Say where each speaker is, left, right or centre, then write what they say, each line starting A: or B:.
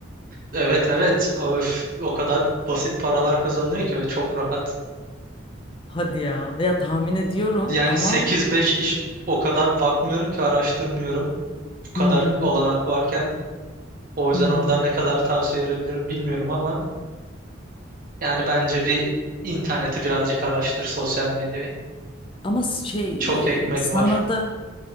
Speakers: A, on the right; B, on the left.
A: Evet evet. Öf, o kadar basit paralar kazanılıyor ki ve çok rahat.
B: <laughs> Hadi ya. Ya tahmin ediyorum
A: Yani
B: ama.
A: 8-5 iş o kadar bakmıyorum ki araştırmıyorum. Bu kadar
B: Hı hı.
A: olanak varken. O yüzden
B: Hı hı.
A: oradan ne kadar tavsiye verebilirim bilmiyorum ama yani bence bir interneti birazcık araştır sosyal medyayı.
B: Ama şey
A: Çok ekmek
B: e, sana
A: var.
B: da